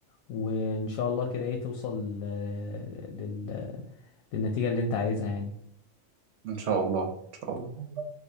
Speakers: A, on the left; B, on the right.
A: وان شاء الله كده ايه توصل آه، لل... للنتيجة اللي انت عايزها يعني
B: ان شاء الله ان شاء الله